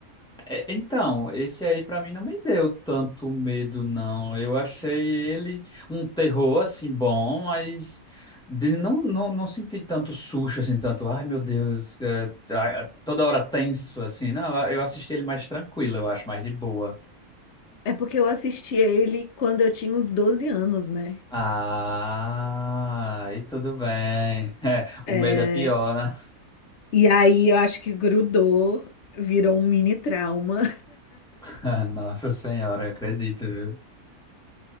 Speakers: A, in the centre; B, on the left (about 65°).
A: É, então, esse aí pra mim não me deu tanto medo, não. Eu achei ele um terror, assim, bom, mas de- não, não, não senti tanto susto, assim, tanto, ai meu Deus, é, ah, toda hora tenso, assim. Não, eu assisti ele mais tranquilo, eu acho, mais de boa.
B: É porque eu assisti ele quando eu tinha uns 12 anos, né?
A: Ah, e tudo bem. <laughs> É, o
B: É,
A: medo é pior, né?
B: e aí eu acho que grudou, virou um mini trauma.
A: <laughs> Nossa Senhora, eu acredito, viu?